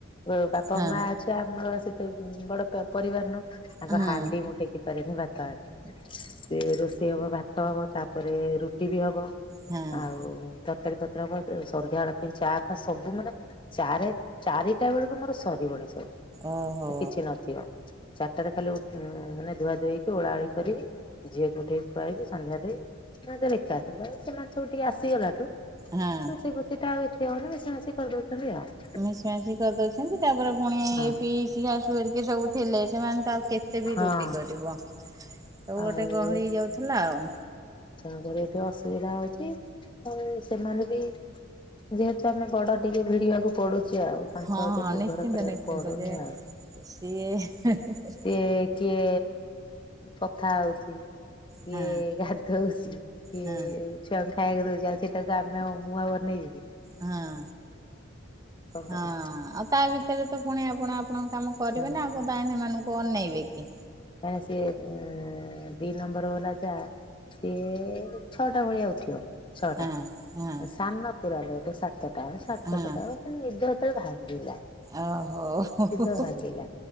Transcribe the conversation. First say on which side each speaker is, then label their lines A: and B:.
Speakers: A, on the left; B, on the right.
A: ବ ବାପା
B: ହଁ
A: ମା ଛୁଆ ଆମର ସେତେ ବି ବଡ ପ ପରିବାର ନହ ତାଙ୍କ
B: ହଁ
A: ହାଣ୍ଡି ମୁଁ ଟେକି ପାରିନି ଭାତ ହାଣ୍ଡି ସେ ରୋଷେଇ ହବ ଭାତ ହବ ତାପରେ ରୁଟି ବି ହବ
B: ହଁ
A: ଆଉ ତରକାରୀ ପତ୍ର ହବ ତ ସନ୍ଧ୍ୟା ଆଳକୁ ଚା ଫା ସବୁ ମାନେ ଚାରେ ଚାରିଟା ବେଳକୁ ମୋର ସରିବଣି ସବୁ
B: ଓହୋ
A: କିଛି ନଥିବ ଚାରିଟାରେ ଖାଲି ଉ ମାନେ ଧୁଆ ଧୁଇ ଓଳାଉଳି କରିକି ଝିଅକୁ ଉଠେଇି ଖୁଆଇବି ସନ୍ଧ୍ୟା ଦେଇ <unintelligible> ଲେଖା ଥିଲା ସେମାନେ ସବୁ ଟିକେ ଆସିଗଲାଠୁ
B: ହଁ
A: ରୋଷେଇ <unintelligible> ଟା ଆଉ ଏତେ ହଉନି ମିଶେଇ ମାସେଇ କରି ଦଉଛନ୍ତି ଆଉ।
B: ମିଶି ମାଶି କରିଦଉଛନ୍ତି ତାପରେ ପୁଣି ଏ
A: ହଁ
B: ପିଇସି ଶାଶୁ ହେରିକେ ସବୁ ଥିଲେ ସେମାନେ ତଉ କେ ତେ ବି
A: ହଁ
B: ରୁଟି କରିବ, ସବୁ
A: ଆଉ
B: ଗୋଟେ ଗହଳି ହେଇ ଯାଉଥିଲା ଆଉ
A: ତେଣୁକରି ଏଠି ଅସୁବିଧା ହଉଛି, ଆଉ ସେମାନେ ବି ଯେହେତୁ ଆମେ ବଡ ଟିକେ ଭିଡିବାକୁ ପଡୁଛି ଆଉ। ତାଙ୍କୁ
B: ହଁଁ
A: ଆଉ ଟିକେ ନିର୍ଭର
B: ନିଶ୍ଚିନ୍ତ
A: କରିବାକୁ
B: ନିଶ୍ଚିନ୍ତ
A: ପଡୁନି
B: ଯେ
A: ଆଉ
B: ସିଏ ହେ ହେ ହେ
A: ସିଏ କିଏ କଥା ହଉଚି କିଏ
B: ହଁ
A: ଗାଧଉଚି କିଏ
B: ହଁ
A: ଛୁଆଙ୍କୁ ଖାଇବାକୁ ଦଉଛି ଆଉ ସେଇଟାକୁ ଆମେ ମୁଁ ନେଇଯିବି
B: ହଁ ହଁ
A: କରିବା
B: ଆଉ ତା ବି ସେଇଏ ତ ପୁଣି ଆପଣ ଆପଣଙ୍କ କାମ କରିବେ
A: ହୁଁ
B: ନା ଆଉ <unintelligible> ସେମାନଙ୍କୁ ଅନେଇବେ କି
A: ହଁ ସେ ଉଁ ଉଁ ଦିଇ ନମ୍ବର ବାଲା ଟା ସିଏ ଛଅଟା ଭଳିଆ ଆଉଥିବ ଛଅଟା
B: ହଁ ହଁ
A: ସାନ ପୁରାଲ ଟ ସାତଟା ସାତଟା
B: ହଁ
A: ନିଦ ଯେତେଳେ ଭାଙ୍ଗିିଲା
B: ଓହୋ ଓହୋ
A: ତ
B: ହୋ
A: ହାଙ୍ଗିଲା